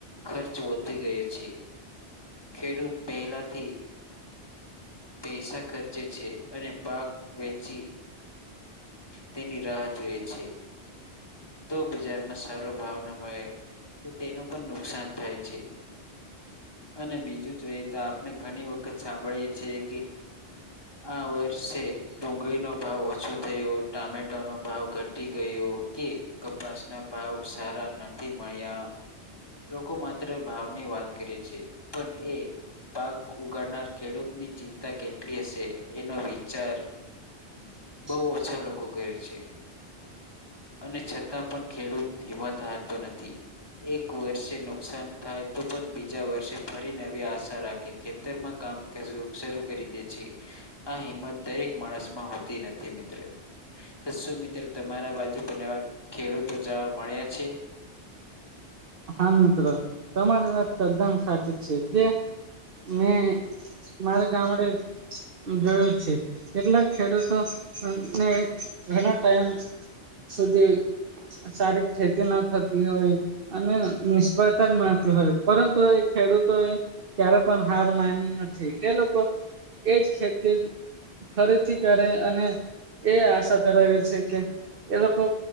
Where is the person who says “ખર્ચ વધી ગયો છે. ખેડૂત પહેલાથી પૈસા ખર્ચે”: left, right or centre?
Left